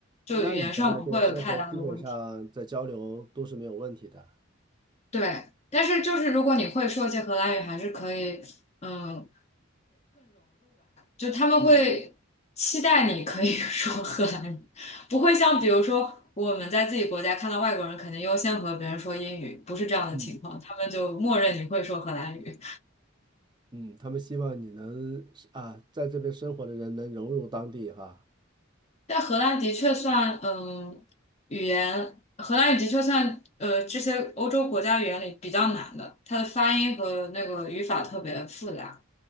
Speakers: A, on the left (about 30°); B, on the right (about 20°).
A: 就语言上不会有太大的问题。
B: 那你在那边生活，基本上在交流都是没有问题的。
A: 对，但是就是如果你会说一些荷兰语，还是可以，嗯。就他们会期待你可以
B: 嗯
A: <laughs> 说荷兰语，不会像比如说我们在自己国家看到外国人，肯定优先和别人说英语，不是这样的情况，
B: 嗯
A: 他们就默认你会说荷兰语。
B: 嗯，他们希望你能啊，在这边生活的人能融入当地哈。
A: 但荷兰的确算，嗯，语言，荷兰语的确算，呃，这些欧洲国家语言里比较难的，它的发音和那个语法特别复杂，